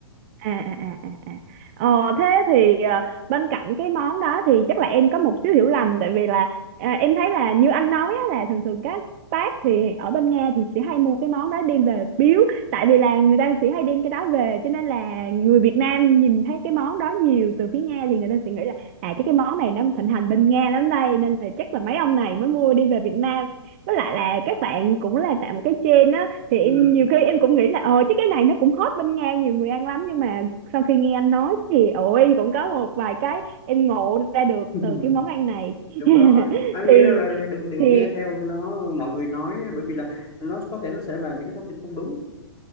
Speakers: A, on the right; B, on the left.
A: à à à à à. ờ thế thì ờ, bên cạnh cái món đó thì chắc là em có một xíu hiểu lầm tại vì là à, em thấy là như anh nói á, là thường thường các bác thì ở bên Nga thì chỉ hay mua cái món đó đem về biếu tại vì là người ta chỉ hay đem cái đó về cho nên là người Việt Nam nhìn thấy cái món đó nhiều từ phía Nga thì người ta sẽ nghĩ là à chứ cái món này nó thịnh hành bên Nga lắm đây nên là chắc là mấy ông này mới mua đem về Việt Nam với lại là các bạn cũng là tạo một cái trend á thì em
B: Ừ.
A: nhiều khi em cũng nghĩ là ờ chứ cái này nó cũng hot bên Nga nhiều người ăn lắm nhưng mà sau khi nghe anh nói thì ồ em cũng có một vài cái em ngộ ra được
B: <laughs>
A: từ cái món ăn này <laughs>
B: đúng rồi anh
A: thì
B: nghĩ rằng là đừng đừng
A: thì
B: nghe theo nó mọi người nói bởi vì là nó có thể nó sẽ là những cái thông tin không đúng